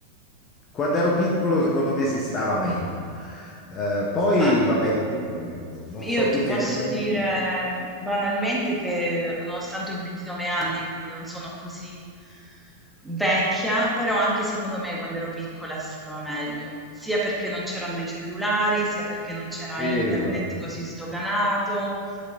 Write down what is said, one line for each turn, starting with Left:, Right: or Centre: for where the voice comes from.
Left: quando ero piccolo, secondo me si stava meglio. Eh, poi
Centre: Ma
Left: va bene tutto, ecco. Non
Centre: Io
Left: so tu
Centre: ti posso
Left: che ne pensi.
Centre: dire banalmente che nonostante ho 29 anni, quindi non sono così vecchia, però anche secondo me quando ero piccola si stava meglio, sia perché non c'erano i cellulari, sia perché non c'era
Left: Esatto.
Centre: internet così sdoganato.